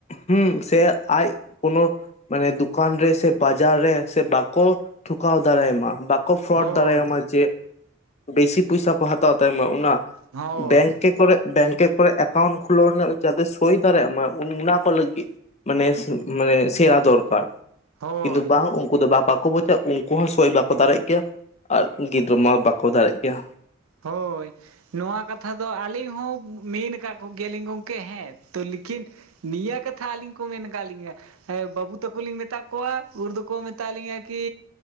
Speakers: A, on the left (about 30°); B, on the right (about 90°).
A: ᱦᱩᱸ ᱥᱮ ᱟᱡ ᱠᱳᱱᱚ ᱢᱟᱱᱮ ᱫᱚᱠᱟᱱ ᱨᱮ ᱥᱮ ᱵᱟᱡᱟᱨ ᱨᱮ ᱥᱮ ᱵᱟᱠᱚ ᱴᱷᱚᱠᱟᱣ ᱫᱟᱲᱮᱭᱟᱢᱟ ᱾ ᱠᱚ ᱯᱷᱨᱚᱰ
B: ᱦᱳᱭ
A: ᱫᱟᱲᱮᱭᱟᱢᱟ ᱡᱮ ᱵᱮᱥᱤ ᱯᱚᱭᱥᱟ ᱠᱚ ᱦᱟᱛᱟᱣ ᱛᱟᱭᱢᱟ ᱚᱱᱟ
B: ᱦᱳᱭ
A: ᱵᱮᱝᱠᱮ ᱠᱚᱨᱮ ᱵᱮᱝᱠᱮ ᱠᱚᱨᱮ ᱮᱠᱟᱣᱩᱱᱴ ᱠᱷᱩᱞᱟᱹᱣ ᱨᱮᱱᱟᱜ ᱡᱟᱛᱮ ᱥᱳᱭ ᱫᱟᱲᱮᱭᱟᱜᱟ ᱢᱟ ᱾ ᱚᱱᱟ ᱠᱚ ᱞᱟᱹᱜᱤᱜ ᱢᱟᱱᱮ ᱢᱟᱱᱮ ᱥᱮᱬᱟ ᱫᱚᱨᱠᱟᱨ ᱾
B: ᱦᱳᱭ
A: ᱠᱤᱱᱛᱩ ᱵᱟᱝ ᱩᱱᱠᱩ ᱫᱚ ᱵᱟᱵᱟᱠᱚ ᱵᱚᱡᱪᱷᱩᱚᱜ ᱩᱱᱠᱩ ᱦᱚᱸ ᱥᱳᱭ ᱵᱟᱠᱚ ᱫᱟᱨᱮᱜ ᱜᱮᱭᱟ ᱟᱨ ᱜᱤᱫᱽᱨᱟᱹ ᱢᱟ ᱵᱟᱠᱚ ᱫᱟᱲᱮᱜ ᱜᱮᱭᱟ ᱾
B: ᱦᱳᱭ ᱾ ᱱᱚᱣᱟ ᱠᱟᱛᱷᱟ ᱫᱚ ᱟᱹᱞᱤᱧ ᱦᱚᱸ ᱢᱮᱱ ᱠᱟᱜ ᱠᱚᱜᱮᱭᱟᱞᱤᱧ ᱜᱚᱝᱠᱮ ᱦᱮᱸ ᱛᱚ ᱞᱮᱠᱤᱱ ᱱᱤᱭᱟᱹ ᱠᱟᱛᱷᱟ ᱟᱹᱞᱤᱧ ᱠᱚ ᱢᱮᱱ ᱠᱟᱜ ᱞᱤᱧᱟ ᱾ ᱦᱮᱸ ᱵᱟᱹᱵᱩ ᱛᱟᱠᱚ ᱞᱤᱧ ᱢᱮᱛᱟ ᱠᱚᱣᱟ ᱩᱨ ᱫᱚᱠᱚ ᱢᱮᱛᱟ ᱞᱤᱧᱟᱹ ᱠᱤ